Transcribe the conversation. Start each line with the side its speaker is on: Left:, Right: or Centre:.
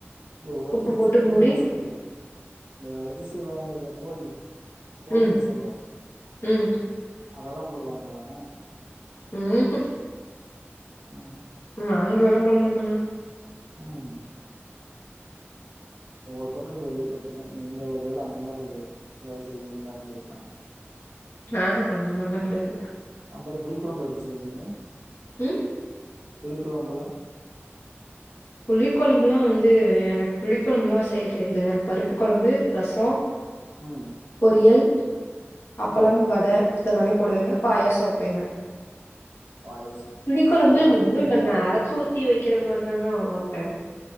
Right: இல்ல ஒருத்தரு
Left: உப்பு போட்டு
Right: சிக்கன்
Left: மூடி
Right: மசா இது இந்த இது செய்வாங்கல்ல கோழி கோழி
Left: ம்
Right: மசாலா
Left: ம்
Right: அதெல்லா போடுவாங்களாமே
Left: ம் ம்
Right: ம்
Left: நாங்களு அதா போட மாட்டோங்க
Right: ம் ஒவ்வொரு பக்கோ கேள்விப்பட்டிருக்கே நீங்க ஒருவேல அந்த மாரி எதாது செய்வீங்களான்னு கேக்கலான்ட்டு <inaudible>
Left: ஆஹ அந்த மார்லா கெடையாதுங்க
Right: அப்பறோ புளிக்கொழம்பு எப்டி செய்வீங்க
Left: ம்
Right: புளிக்கொழம்புலா
Left: புளி கொழம்புலா வந்து எனக்கு புளிக்கொழம்புலா செய்ய தெரியாதுங்க பருப்பு கொழம்பு ரசோ
Right: ம்
Left: பொரியல் அப்பளம்
Right: ஆ
Left: வட இதெல்லாமே போடுவேங்க பாயாசொ வைப்பேங்க
Right: பாயாசோ
Left: புளி
Right: சாப்புட்ற
Left: கொழம்பு
Right: மாரி
Left: ஒன்னு
Right: இருக்குங்களா
Left: இல்லங்க அரச்சு ஊத்தி வைக்கிற மாரிதாங்க வப்பே